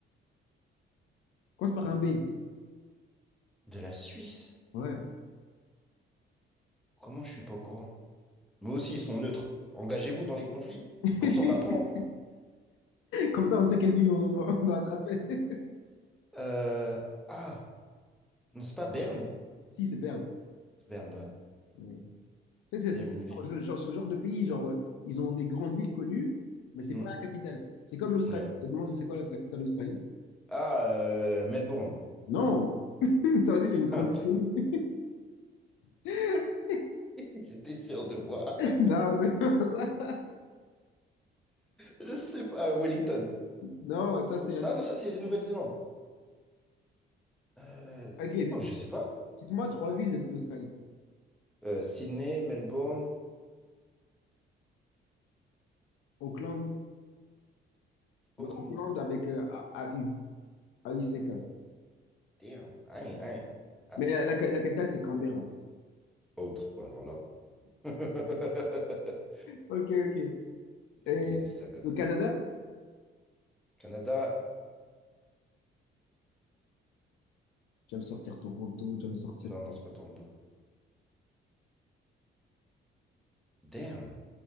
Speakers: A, on the left (about 85°); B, in the centre.
A: <laughs> Commence par un B.
B: De la Suisse?
A: Ouais.
B: Comment je suis pas au courant? Mais aussi, ils sont neutres. Engagez-vous dans les conflits.
A: <laughs>
B: Comme ça, on apprend.
A: Comme ça, on sait quelle ville on doit, on doit attraper. <laughs>
B: Euh, Ah, non, c'est pas Berne?
A: Si, c'est Berne.
B: Berne, ouais.
A: Ouais. Tu sais,
B: Même
A: C'est c'est ce
B: une ville.
A: genre, je- genre- ce genre de pays, genre, euh, ils ont des grandes villes connues, mais c'est
B: Hmm,
A: pas la capitale. C'est comme l'Australie.
B: ouais.
A: Je te demande, c'est quoi la capitale de l'Australie?
B: Ah, euh, Melbourne.
A: Non! <laughs> Ça aussi, c'est une grande
B: Ah,
A: ville connue. <laughs>
B: <laughs> j'étais sûr de moi. <laughs>
A: Non, c'est pas ça.
B: Je sais pas, euh, Wellington.
A: Non, ça, c'est la
B: Non,
A: nuit.
B: non, ça, c'est Nouvelle-Zélande. Euh,
A: Ok, c'est-
B: oh, je sais pas.
A: dites-moi trois villes de- d'Australie.
B: Euh, Sydney, Melbourne,
A: Auckland, le
B: Auckland.
A: Auckland avec euh, A- AU, AUCK.
B: Damn. I ain't- I ain't- ah,
A: Mais la, la-
B: je-
A: la capitale, c'est Canberra. <laughs>
B: Oh, pff, bah alors là. <laughs>
A: Ok, ok. Et
B: Le pays des sacs à dos.
A: le Canada?
B: Canada.
A: Tu vas me sortir Toronto, tu vas me sortir.
B: Non, non, c'est pas Toronto. Damn.